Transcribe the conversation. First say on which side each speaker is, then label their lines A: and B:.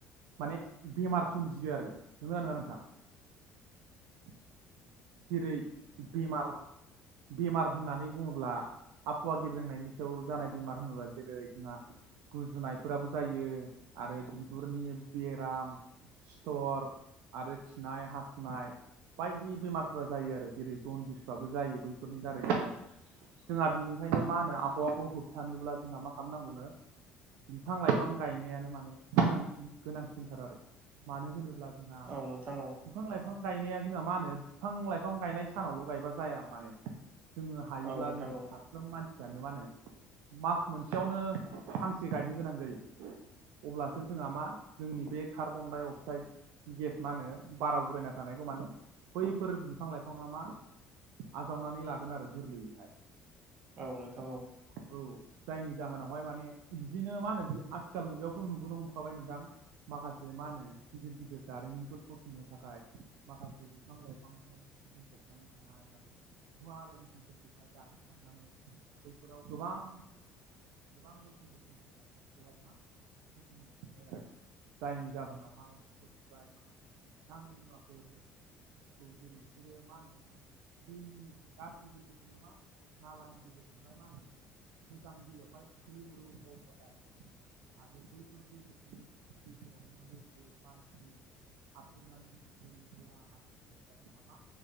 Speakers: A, on the right; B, on the right.
A: माने बेमार सोमजियो आरो नंगोना नङा नोंथां? <inaudible> जेरै-बेमार। बेमार होननानै बुङोब्ला आबहावा गेब्रेंनायनि सायाव जानाय बेमार होनोब्ला जेरै जोंहा गुजुनायफोराबो जायो आरो बिगुरनि बेराम, सिथर आरो खिनाय हासुनाय बायदि बेमार। फोरा जायो आरो जेरै-जनदिसफ्राबो जायो बैफोरनि दारैनो जोंहा बिनिखायनो मा होनो आबहावाखौ होबथानोब्ला जोंहा मा खालामनांगौनो बिफां-लाइफां गायनायानो माने गोनांसिन-गोनांसिनथार आरो मानो होनोब्ला। जोंहा
B: औ नोंथां औ
A: बिफां-लाइफां। गायनाया जोंहा मा होनो? बिफां-लाइफां गायनाय सानावल' गायबा जाया माने। जोङो हायोब्ला
B: औ नोंथां
A: जों साफ्रोम
B: औ नोंथां औ
A: मानसि। जानो मानो मास मोनसेयावनो फांसे गायनो गोनां जायो अब्लासो जोंहा मा जोंनि बे। Carbon dioxide gas. मा होनो बारा उरायना थानायखौ माने? बैफोर बिफां-लाइफाङा मा आजावनानै लागोन आरो गोरलैयैहाय।
B: औ नोंथां औ।
A: औ जायनि जाहोनावहाय माने बिदिनो मा होनो आथिखाल मुगायावथ' नुबोनो हमखाबाय नोंथां। माखासे माहोनो गिदिर-गिदिर। दारिमिनफोरखौ फसंनो थाखाय माखासे। बिफां-लाइफांजों बुंफबनानै थानाय माने गुवार ओनसोलफोरखौहाय दानसस्रांनानै बैफोराव गोबां गिदिर-गिदिर माने गोबां रोखोम रोखोमनि दारिमिनखौहाय मा। <unintelligible> आरो। जायनि जाहोनावहाय बैसोरनिफ्राय माखासे। <unintelligible> <unintelligible> जों मा